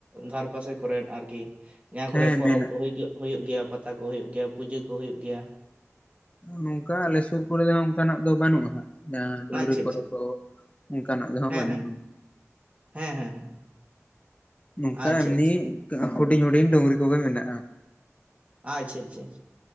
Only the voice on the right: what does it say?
ᱫᱷᱟᱨ ᱯᱟᱥᱮ ᱠᱚᱨᱮᱱ ᱟᱨᱠᱤ ᱾ ᱡᱟᱦᱟᱸ
ᱠᱚᱨᱮᱜ ᱯᱚᱨᱚᱵᱽ
ᱠᱚ ᱦᱩᱭᱩᱜ ᱜᱮᱭᱟ, ᱯᱟᱛᱟ ᱠᱚ ᱦᱩᱭᱩᱜ ᱜᱮᱭᱟ ᱯᱩᱡᱟᱹ ᱠᱚ ᱦᱩᱭᱩᱜ ᱜᱮᱭᱟ ᱾
ᱟᱪᱪᱷᱟ
ᱟᱪᱪᱷᱟ
ᱦᱮᱸ
ᱦᱮᱸ
ᱦᱮᱸ ᱦᱮᱸ ᱦᱮᱸ
ᱟᱪᱪᱷᱟ
ᱟᱪᱪᱷᱟ
ᱟᱪᱪᱷᱟ ᱟᱪᱪᱷᱟ